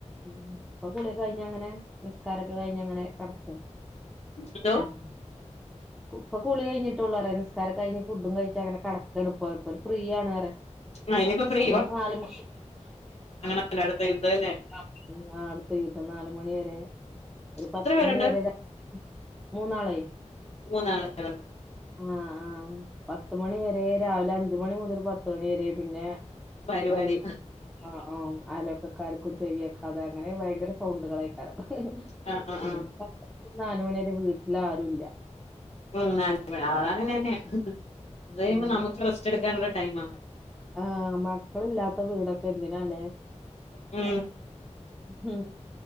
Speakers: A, in the centre; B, on the left.
A: ഉം ഇപ്പൊ കുളിയൊക്കെ കഴിഞ്ഞ അങ്ങനെ നിസ്കാരൊക്കെ കഴിഞ്ഞ അങ്ങനെ കടക്കാണ്
B: എന്തോ
A: ഉം ഇപ്പ കുളി കഴിഞ്ഞട്ടുള്ളൂ അറയ നിസ്കാര കഴിഞ് ഫുഡും കഴിച്ച് അങ്ങനെ കട താ ണ്പോയപ്പോ ഒരു ഫ്രീ ആണ് അറയ
B: ആ ഇനിയിപ്പോ ഫ്രീ
A: ഇനി ഒരു നാല് മണി ആഹ്
B: എല്ലായിടത്തും യുദ്ധല്ലെ
A: <inaudible> അടുത്ത യുദ്ധം നാല് മണി വരെ ഒരു പത്ത്
B: എത്ര പേരുണ്ട്
A: മണി വരെ ര മൂന്നാളേ
B: മൂന്നാളാണ്
A: ആഹ് ആഹ് പത്തുമണി വരെ രാവിലെ അഞ്ചുമണി മുതൽ പത്തുമണി വരെ പിന്നെ
B: പരുവാടി
A: ഒന്ന് ആഹ് ആഹ് അയലക്കകാര്കും ചെവിയെക്കാതെ അങ്ങനെ ഭയങ്കര സൗണ്ടുകൾ യെക്കാരം
B: ആ ആ
A: പിന്നെ
B: ആ
A: നാലുമണി വരെ വീട്ടില് ആരുല്ല
B: ഉം അതെ അതാങ്ങനെന്നെയ അത്
A: ഉം
B: കഴിയുമ്പോ നമുക്ക് റെസ്റ്റ് എടുക്കാനുള്ള ടൈമ
A: അഹ് മക്കൾ ഇല്ലാത്ത വീടൊക്കെ എന്തിനാല്ലേ
B: മ്
A: മ്